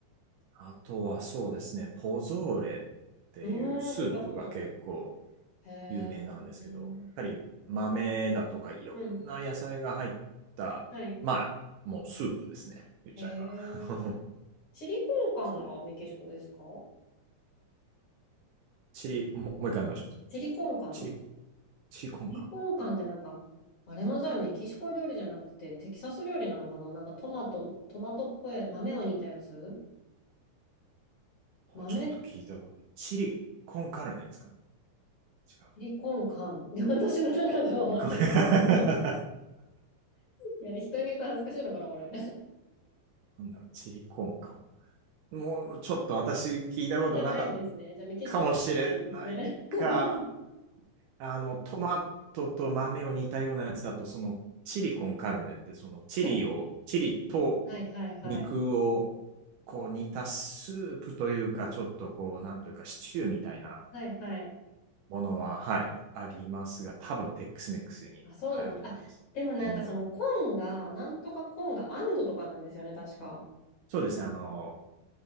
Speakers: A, on the right; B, on the left.
A: あとはそうですね、ポゾーレっていうスープが結構
B: うーん、聞いたことない。へえ、
A: 有名なんですけど、
B: うん、
A: やっぱり豆だとかいろんな野菜が入った、
B: うんはい。
A: まあ、もうスープですね、言っちゃえば。
B: へえ。
A: <laughs>
B: チリコンカンがメキシコですか
A: それ、チリ、ももう一回お願いします。
B: チリコンカン
A: チリ、チリコンカン。
B: チリコンカンってなんか、あれもじゃあメキシコ料理じゃなくてテキサス料理なのかななんかトマト、トマトっぽい豆を煮たやつ豆、
A: うちょっと聞いたこと。
B: チ
A: チリコンカルネですかね違
B: リコンカン。で、私の中では終わってるんですけど。
A: うかな。一個目。<laughs>
B: いや、人に言うと恥ずかしいのかな、これ。
A: なんだろう、チリコンか。もうちょっと私聞いたことなかっ
B: あ、じゃあないんですね。じゃあメキシコ料理じゃないんですね。
A: たかもしれないか、
B: <laughs>
A: あの、トマトと豆を煮たようなやつだと、そのチリコンカルネって、そのチリを、
B: じゃあ、
A: チリと
B: はいはいはい。
A: 肉をこう煮たスープというか、ちょっとこう、なんというか、シチューみたいな
B: はいはい。
A: ものは、はい、ありますが、多分テックスメックスに入ると思います。
B: あ、そうなんだ。あ、でもなんかそのコーンが、
A: うん。
B: なんとかコーンがアンドとかなんですよね、確か。
A: そうですね、あの、